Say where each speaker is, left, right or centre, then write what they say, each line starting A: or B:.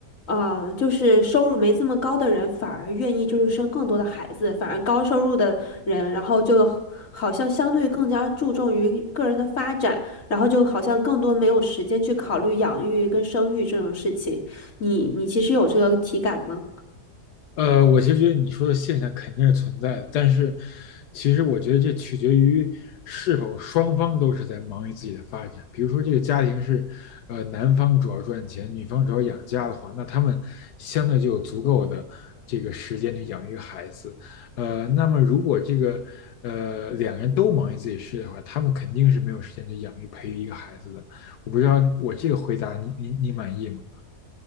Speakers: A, on the left; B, on the left.
A: 呃，就是收入没这么高的人反而愿意就是生更多的孩子，反而高收入的人，然后就好像相对更加注重于个人的发展，然后就好像更多没有时间去考虑养育跟生育这种事情。你你其实有这个体感吗？
B: 呃，我其实觉得你说的现象肯定是存在的，但是其实我觉得这取决于是否双方都是在忙于自己的发展。比如说，这个家庭是，呃，男方主要赚钱，女方主要养家的话，那他们相对就有足够的这个时间去养育孩子。呃，那么如果这个呃两个人都忙于自己事业的话，他们肯定是没有时间去养育培育一个孩子的。我不知道我这个回答你你你满意吗？